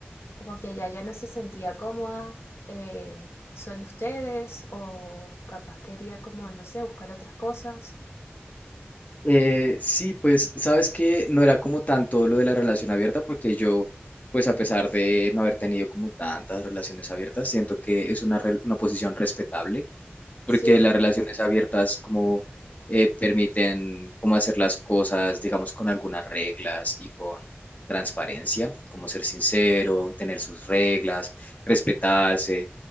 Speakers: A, on the left (about 80°); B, on the left (about 40°).
A: como que ella ya no se sentía cómoda. eh, Solo ustedes, o capaz quería como, no sé, buscar otras cosas.
B: Eh, sí, pues sabes que no era como tanto lo de la relación abierta, porque yo, pues a pesar de no haber tenido como tantas relaciones abiertas, siento que es una, re- una posición respetable porque
A: Sí,
B: las relaciones abiertas como eh, permiten como hacer las cosas, digamos, con algunas reglas y con transparencia, como ser sincero, tener sus reglas, respetarse,